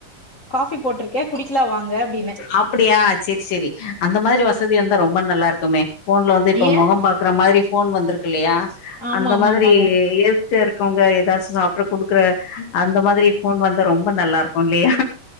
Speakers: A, on the left (about 60°); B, on the left (about 80°).
A: காஃபி போட்டிருக்கே குடிக்கலா வாங்க அப்டின்னே
B: அப்டியா செரி செரி அந்த மாரி வசதியா இந்தா ரொம்ப நல்லா இருக்குமே ஃபோன்ல வந்து இப்ப
A: ஏ
B: மொகோ பாக்கற மாரி ஃபோன் வந்திருக்கு இல்லையா
A: ஆமா
B: அந்த
A: ஆமா
B: மாரி
A: ஆமாங்க
B: எ ட்ட இருக்கவங்க எதாச்சு சாப்ட குடுக்கற அந்த மாரி ஃபோன் வந்தா ரொம்ப நல்லா இருக்கு இல்லையா